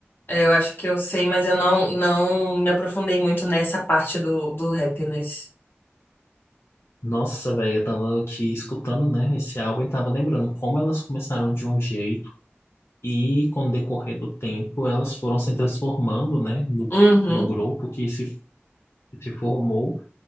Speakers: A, on the left; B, on the left.
A: É, Eu acho que eu sei, mas eu não, não me aprofundei muito nessa parte do, do happiness.
B: Nossa, velho, eu tava aqui escutando, né, esse álbum e tava lembrando como elas começaram de um jeito e, com o decorrer do tempo, elas foram se transformando, né, no,
A: Uhum,
B: no grupo que se, se formou,